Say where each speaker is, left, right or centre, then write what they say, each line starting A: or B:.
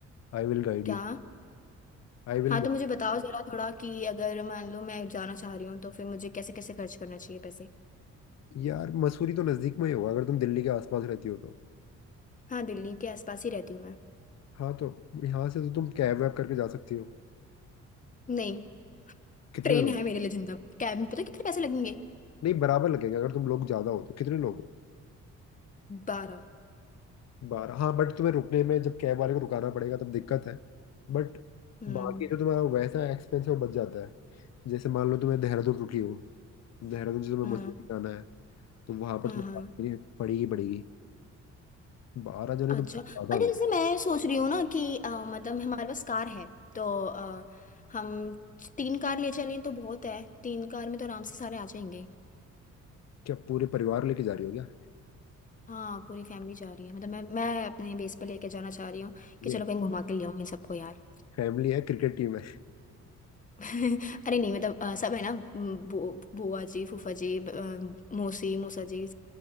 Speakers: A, on the left; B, on the left.
A: I will guide
B: क्या
A: you I will
B: हाँ तो मुझे बताओ जरा थोड़ा कि अगर मान लो मैं जाना चाह रही हूँ तो फिर मुझे कैसे कैसे खर्च करना चाहिए पैसे
A: यार मसूरी तो नज़दीक में ही होगा अगर तुम दिल्ली के आसपास रहती हो तो
B: हाँ दिल्ली के आसपास ही रहती हूँ मैं
A: हाँ तो यहाँ से तो तुम कैब वैब करके जा सकती हो
B: नहीं
A: कितने
B: ट्रेन
A: लोग हो?
B: है मेरे लिए जिंदा कैब में पता कितने पैसे लगेंगे
A: नहीं बराबर लगेगा अगर तुम लोग ज़्यादा हो तो कितने लोग
B: बारह
A: बारह हाँ बट तुम्हें रुकने में जब कैब वाले को रुकाना पड़ेगा तब दिक्कत है बट
B: हम्म
A: बाकी जो तुम्हारा वैसा एक्सपेंस है वो बच जाता है जैसे मान लो तुम्हें देहरादून रुकी हो देहरादून से तुम्हें
B: हाँ
A: मसूरी जाना है तो वहां पर
B: हाँ
A: तुम्हें
B: हाँ
A: गाड़ी लेनी पड़ेगी पड़ेगी बारह जने
B: अच्छा
A: तो बहुत
B: अच्छा
A: ज्यादा हो
B: जैसे
A: लगे
B: मैं सोच रही हूँ ना कि अ, मतलब हमारे पास कार है तो अ, हम तीन कार ले चलें तो बहुत है तीन कार में तो आराम से सारे आ जाएंगे
A: क्या पूरे परिवार लेके जा रही हो क्या
B: हाँ पूरी फैमिली जा रही है मतलब मैं मैं अपने बेस पे लेके जाना चाह रही हूँ
A: ये
B: कि चलो कहीं घुमा के ले आऊँ इन सबको यार
A: फैमिली है क्रिकेट टीम है
B: <laughs> अरे नहीं मतलब अ, सब है ना अम, बु- बुआ जी फूफा जी ब- अ, मौसी मौसा जी